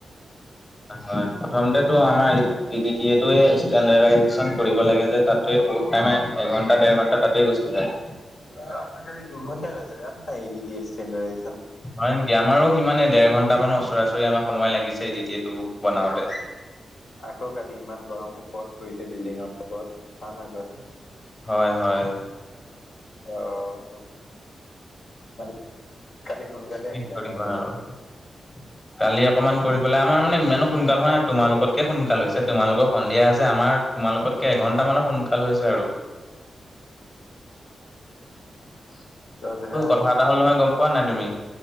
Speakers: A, on the left; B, on the left.
A: আহ হয় প্ৰথমতে ইটো আমাৰ ই ইডিটিএটোৱে ষ্টেন্ডাৰাইজেছন কৰিব লাগে যে তাতে বহুত টাইমে এঘন্টা দে এঘন্টা তাতেই গুছি যায়।
B: আহ আহাকালি দুঘন্টা গৈছে জান নাই ইডিটিএ ষ্টেন্ডাৰাইজ
A: হয় নেকি আমাৰো সিমানে দেৰ ঘন্টামানৰ ওচৰা-ওচৰি আমাৰ সময় লাগিছে ইডিটিএটো বনাওতে
B: আকৌ কালি ইমান গৰম ওপৰত কৰিছে বিল্ডিঙৰ টুট ওপৰত খানা গ্ৰহণ
A: হয় হয়।
B: অ অ অ টক মানে কি? কালি সোনকালে
A: কি
B: আহিলা
A: কৰিবা
B: হয় তোমালোকে
A: আৰু। <inaudible> কালি অকমান কৰি পেলাই আমাৰ মানে ইমানো সোনকাল হোৱা নাই তোমালোকতকে সোনকাল হৈছে তোমালোকৰ সন্ধিয়া হৈছে আমাৰ তোমালোকতকে এঘন্টা মানৰ সোনকাল হৈছে আৰু
B: উস, তয় বেহালা
A: কথা
B: আহি
A: এটা
B: পেলাই
A: হ'ল নহয়
B: কি? <unintelligible>
A: গম পোৱা নাই তুমি